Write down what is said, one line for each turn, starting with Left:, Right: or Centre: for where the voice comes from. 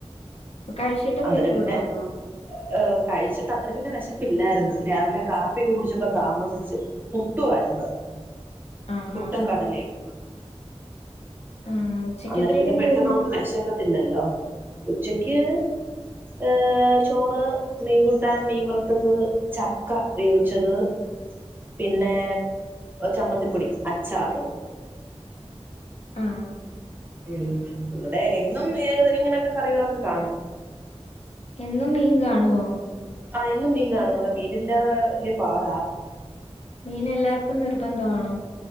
Left: അപ്പൊ കഴിച്ചിട്ട്
Right: അന്നേരം
Left: പോയിക്കൂടായിരുന്നോ
Right: പിന്നെ ആ കഴിച്ചിട്ട് അന്നേരം പിന്നെ വെശ ഇല്ലാര്ന്ന് പിന്നെ രാവിലെ കാപ്പിക്ക് കുടിച്ചാപ്പോ താമസിച്ച് പുട്ടും ആര്ന്ന്
Left: ആഹാ
Right: പുട്ടും കടലെയും
Left: ആഹ് ഉച്ചക്കത്തേക്ക്
Right: അന്നാരം പിന്നെ
Left: എന്തായിരുന്നു
Right: പെട്ടന്ന് നമ്മക്ക് വെശക്കാത്തില്ലല്ലോ ഉച്ചക്ക് യെ ചോറ്, മീൻകുട്ടാൻ, മീൻ വറ്ത്താത്, ചക്കാവേവിച്ചിത് പിന്നെ ചമ്മന്തി പൊടി, അച്ചാറ്
Left: ആ
Right: ഉം ഇവടെ എന്നും ഏ ഇങ്ങനെയെക്കെ കറികളെക്കേ കാണും
Left: എന്നും മീൻ കാണുവോ
Right: ആ എന്നും മീൻ കാണും ഇവടെ മുനില്ലാതോ വല്ല്യാ പാടാ
Left: മീൻ എല്ലാർക്കും നിർബെന്ധമാണോ